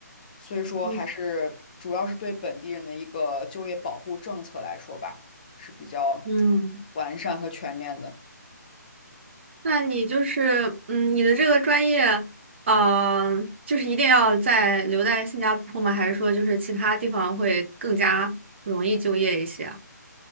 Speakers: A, on the left (about 25°); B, on the right (about 40°).
A: 所以说，
B: 嗯
A: 还是主要是对本地人的一个就业保护政策来说吧，是比较
B: 嗯。
A: 完善和全面的。
B: 那你就是，嗯，你的这个专业，呃，就是一定要在留在新加坡吗？还是说就是其他地方会更加容易就业一些啊